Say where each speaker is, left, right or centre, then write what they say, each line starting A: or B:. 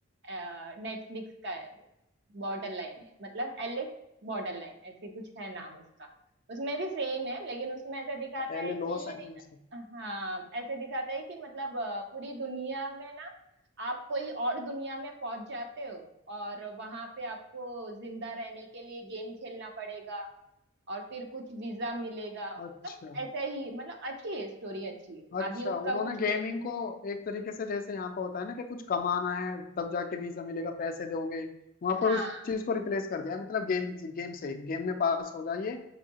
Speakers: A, on the right; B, on the left.
A: है नेटफ्लिक्स का है वो बॉर्डर लाइन है मतलब एलेक्स बॉर्डर लाइन ऐसे कुछ है नाम उसका उसमें भी सेम है लेकिन उसमें ऐसा दिखाता है
B: एल ए
A: कि
B: लॉस एंजल्स है
A: हाँ ऐसे दिखाता है कि मतलब अ, पूरी दुनिया में ना आप कोई और दुनिया में पहुंच जाते हो और वहां पे आपको जिंदा रहने के लिए गेम खेलना पड़ेगा और फिर कुछ वीजा मिलेगा मतलब
B: अच्छा
A: ऐसा ही मतलब अच्छी है स्टोरी अच्छी है
B: अच्छा
A: अभी उसका
B: उन्होंने
A: कुछ
B: गेमिंग को एक तरीके से जैसे यहाँ पर होता है ना कि कुछ कमाना है तब जाके वीजा मिलेगा पैसे दोगे वहां
A: हाँ
B: पर उस चीज को रिप्लेस कर दिया है, मतलब गेम गेम से गेम में पास हो जाइए